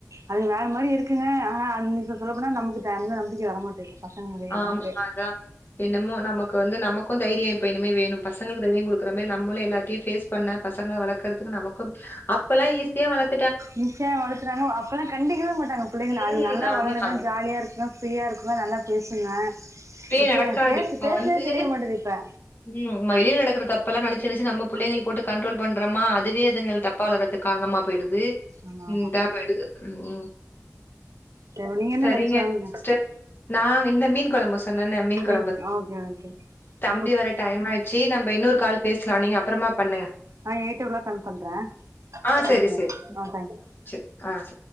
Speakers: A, on the right (about 85°); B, on the left (about 45°).
A: அது வேற மாரி இருக்குங்க ஆனா அது நீ சொ சொல்ல போனா நமக்குதா இன்னு நம்பிக்க வரமாட்டேங்கிது பசங்களே
B: ஆமா
A: நமக்கு
B: அதான். என்னமோ நமக்கு வந்து நமக்கு தைரியோ இப்ப இனிமே வேணு பசங்களுக்கு தைரியோ குடுக்குறமே நம்மளு எல்லாத்தையு ஃபேஸ் பண்ண பசங்கள வளக்கறதுக்கு நமக்கு அப்பலா ஈஸியா வளக்
A: நிச்சயோ வளத்துறாங்க அப்பலா கண்டிக்கவே மாட்டாங்க புள்ளைங்கள
B: ம்.
A: அது நல்லா
B: ஆமா.
A: வளருங்க ஜாலியா இருக்குங்க ஃப்ரீயாக இருக்குங்க நல்லா பேசுங்க
B: இப்பயே
A: இப்பயு
B: நடக்காது
A: பேசு
B: இப்ப
A: பேசதே
B: வந்து
A: தெரிய மாட்டேது இப்ப
B: ம் ம வெளில நடக்குற தப்பெல்லா நெனச்சி நெனச்சி நம்ம புள்ளைங்கள போட்டு கண்ட்ரோல் பண்றோமா அத் துவே அதுங்கள் தப்பா வளரறதுக் காரணமா போயிடுது
A: ஆமா
B: ம்
A: ஆமா
B: இதா போயிடுது ம் உ
A: சரி நீங்க என்ன
B: சரிங்க
A: லன்ச் வாங்குங்க
B: சிஸ்டர் நாங் இந்த மீன் கொழம்பு சொன்னல மீன் கொ
A: ம் ஓகே ஓகே
B: தம்பி
A: ஓகே
B: வர டைம் ஆயிட்ச்சி நம்ப இன்னொரு கால் பேசலா நீங்க அப்பறமா பண்ணுங்க
A: ஆ எயிட் ஓ கிளாக் கால் பண்றே
B: ஆ சரி
A: ஓகே
B: சரி
A: ஆ தேங்க்ஸ்
B: ஆ ச